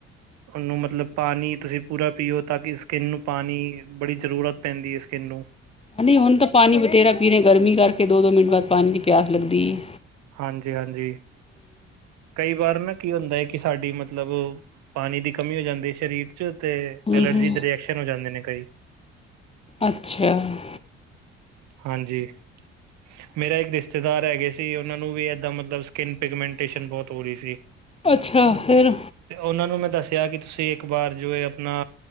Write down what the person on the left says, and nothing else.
ਨਹੀਂ ਹੁਣ ਤਾਂ ਪਾਣੀ ਬਥੇਰਾ ਪੀਲੇ ਗਰਮੀ ਕਰਕੇ ਦੋ -ਦੋ ਮਿੰਟ ਬਾਅਦ ਪਾਣੀ ਦੀ ਪਿਆਸ ਲੱਗਦੀ ਏ,
ਹੂੰ
ਹੂੰ
ਅੱਛਾ ਹ
ਅੱਛਾ ਫਿਰ